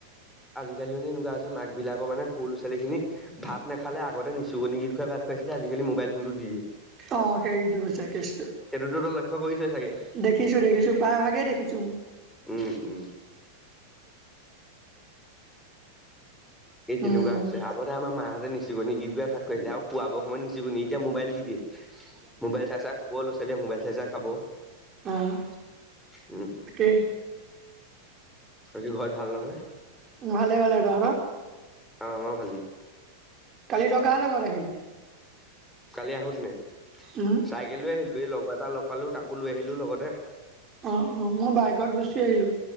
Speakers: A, in the centre; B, on the right.
A: আজিকালিমানে এনেকুৱা হৈছে মাক বিলাকৰ মানে সৰু লৰা ছোৱালীখিনি ভাত নেখালে আগতে নিচুনি গীত গুৱাই ভাত খুৱাইছিলে আজিকালি মোবাইল ফোনটো দি দিয়ে।
B: অ হেৰিতটো হৈছে কৃচ
A: সেইটোতো তই লক্ষ্য কৰিছই চাগে?
B: দেখিছো দেখিছো প্ৰায় ভাগে দেখিছো মোৰ
A: উম উম এই তেনেকুৱা
B: উম
A: হৈছে আগতে আমাৰ মাহঁতে নিশ্চয় নিচুকণি গীত গাই ভাত খুৱাইছিলে আৰু খুৱাবৰ সময় নিচুকণি এতিয়া মোাইল দি দিয়ে মোবাইল চাইচা খুব ল'ৰা ছোৱালীয়ে মোবাইল চাইচা খাব।
B: আহ
A: উম
B: তাকে
A: বাকী ঘৰত ভাল নহয়
B: ভালে ভালে তহঁতৰ?
A: অ আমাৰো ভালেই
B: কালি তই কাৰ লগত আহিলি
A: কালি আহোতনে
B: উম
A: চাইকেল লৈ আহিলো এই লগৰ এটা লগ পালো তাকো লৈ আহিলো লগতে
B: অ অ মই বাইকত গুচি আহিলো।